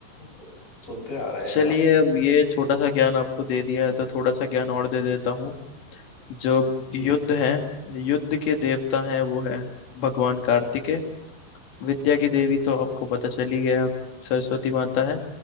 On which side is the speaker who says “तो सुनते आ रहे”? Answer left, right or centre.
Left